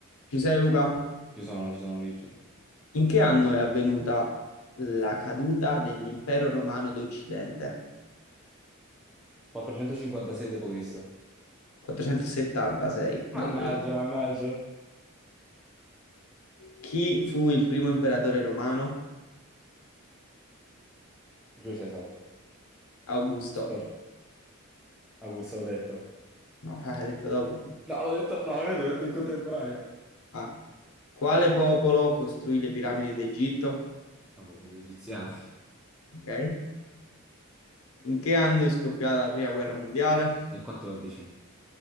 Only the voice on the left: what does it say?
Ci sei Luca?
In che anno è avvenuta la caduta dell'impero romano d'Occidente?
476 d.C.
Chi fu il primo imperatore romano?
Augusto.
No, <laughs> fa- hai detto dopo.
Ah. Quale popolo costruì le piramidi d'Egitto?
Ok. In che anno è scoppiata la prima guerra mondiale?